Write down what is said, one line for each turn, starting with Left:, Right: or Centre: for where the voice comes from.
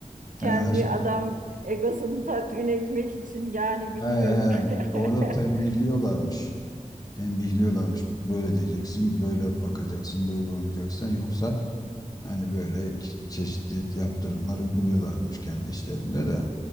Right: Kendi
Left: He aşkım.
Right: adam egosunu tatmin etmek için yani bilmiyorum.
Left: He, he. Orada
Right: <laughs>
Left: tembihliyorlarmış. Tembihliyorlarmış. Böyle diyeceksin, böyle bakacaksın, böyle oynayacaksın. Yoksa hani böyle iki çeşitli yaptırımlar uyguluyorlarmış kendi işlerinde de.